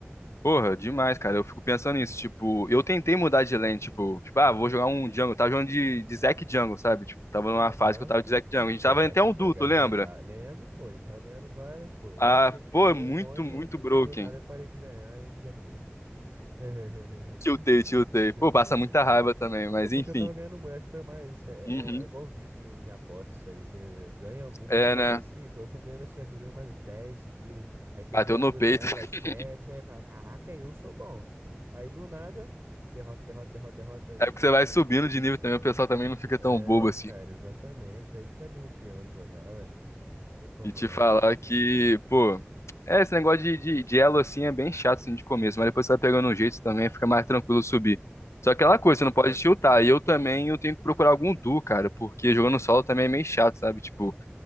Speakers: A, on the left (about 85°); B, on the right (about 60°).
A: porra, demais, cara. Eu fico pensando nisso, tipo, eu tentei mudar de lane, tipo, tipo, ah, vou jogar um jungle. Eu tava jogando de, de Zac Jungle, sabe? Tipo, eu tava numa
B: Aham.
A: fase que eu tava de Zac Jungle. A gente
B: Pô,
A: tava
B: Zack
A: até um
B: Django
A: duto,
B: é roubado.
A: lembra?
B: Lembro, pô, a gente tava ganhando várias, pô. Eu
A: Ah,
B: lembro que a gente
A: pô,
B: ganhou
A: é muito,
B: um monte
A: muito
B: e
A: broken.
B: do nada eu parei de ganhar e desanimei. <laughs>
A: Tiltei, tiltei. Pô,
B: Chutei,
A: passa
B: chutei.
A: muita raiva também, mas
B: É porque
A: enfim.
B: eu tava ganhando muito, acho que foi mais. É,
A: Uhum.
B: é é igual vício em aposta, isso aí. Você ganha algumas
A: É,
B: primeiro,
A: né?
B: assim. Eu fui ganhando assim, acho que eu ganhei umas 10 seguidas. Aí perdia
A: Bateu
B: duas,
A: no peito.
B: ganhava
A: <laughs>
B: sete. Aí eu falava, caraca, eu sou bom. Aí do nada, derrota, derrota, derrota, derrota aí.
A: É porque você vai subindo de nível também, o pessoal também não fica
B: É,
A: tão bobo assim.
B: cara, exatamente. Aí desanima o peão de jogar, ué. Tem como
A: E te
B: não.
A: falar que, pô, é, esse negócio de, de, de elo assim é bem chato assim de começo, mas depois você vai pegando um jeito também, fica mais tranquilo subir. Só aquela
B: É,
A: coisa,
B: pô,
A: você
B: com
A: não pode
B: certeza.
A: tiltar. E eu também eu tenho que procurar algum duo, cara, porque jogando solo também é meio chato, sabe? Tipo,